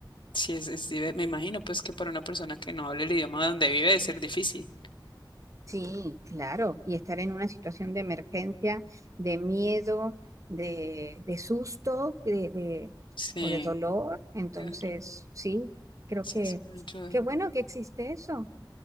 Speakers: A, on the left; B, on the right.
A: sí es, es dive- me imagino, pues, que para una persona que no hable el idioma donde vive debe ser difícil.
B: Sí, claro. Y estar en una situación de emergencia, de miedo, de, de susto, de, de-
A: Sí,
B: o de dolor. Entonces,
A: claro,
B: sí, creo
A: sí,
B: que
A: es una ayuda.
B: qué bueno que existe eso.